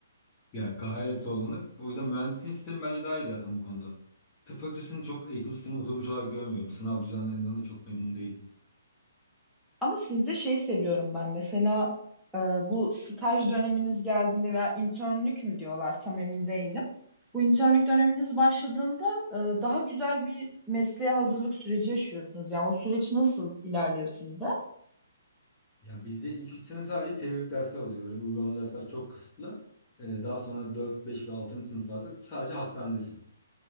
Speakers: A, on the left (about 25°); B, in the centre.
A: Ya gayet zorlanır. O yüzden mühendisliğin sistemi bence daha iyi zaten bu konuda. Tıp fakültesini çok eğitim sistemi oturmuş olarak görmüyorum. Sınav düzenlerinden de çok memnun değilim.
B: Ama sizde şeyi seviyorum ben. Mesela e, bu staj döneminiz geldiğinde veya internlük mü diyorlar tam emin değilim. Bu internlük döneminiz başladığında e, daha güzel bir mesleğe hazırlık süreci yaşıyorsunuz. Yani o süreç nasıl ilerliyor sizde?
A: Ya bizde ilk 3 sene sadece teorik dersler oluyor. Böyle uygulamalı dersler çok kısıtlı. Ee, daha sonra 4, 5 ve 6. sınıflarda sadece hastanedesin.